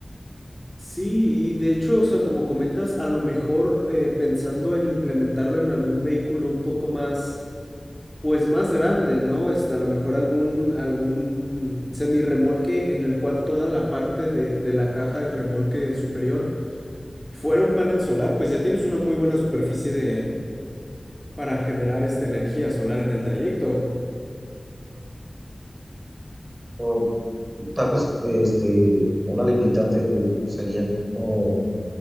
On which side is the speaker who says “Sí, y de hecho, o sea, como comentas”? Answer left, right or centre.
Centre